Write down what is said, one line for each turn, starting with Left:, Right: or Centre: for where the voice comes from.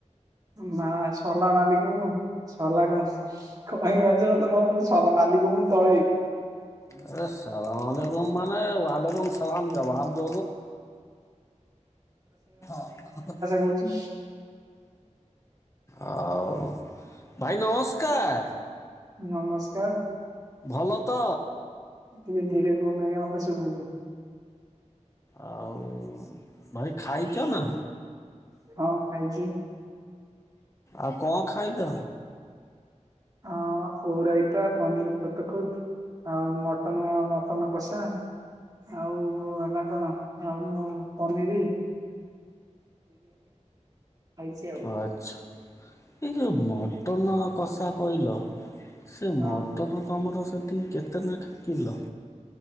Right: ମାଁ ସଲାମାଲିକୁମୁ। ସଲା କଣ <unintelligible> ମାଲିକୁମୁ ତଳେଇ।
Left: ଆରେ ସଲାମଆଲିକୁମ୍ ମାନେ ୱାଲିକୁମ୍ ସଲାମ ଜବାଦ୍। <unintelligible> <inaudible>
Right: ହଉଛି।
Left: ଆଉ, ଭାଇ ନମସ୍କାର!
Right: ନମସ୍କାର।
Left: ଭଲ ତ?
Right: ଟିକେ ଧୀରେ କୁହନ୍ତୁ ଆଜ୍ଞା, ମତେ ଶୁଭୁଚି।
Left: ଆଉ, ଭାଇ ଖାଇଚ ନା?
Right: ହଁ ଖାଇଚି।
Left: ଆଉ କଁଅ ଖାଇଲ?
Right: ଆଓ ଓଉରାଇତା, ପନିର ଖୁତୁଖୁତ, ଆଉ ମଟନ-ମଟନ କଷା। ଆଉ-ଉ ହେଲା କଣ, ଆଉ ପନିରି ଖାଇଛି ଆଉ।
Left: ଓ ଆଚ୍ଛା। ଏ ଯୋଉ ମଟନ କଷା କହିଲ, ସେ ମଟନ
Right: ହଁ
Left: ତମର ସେଠି କେତେ ନାଖା କିଲ?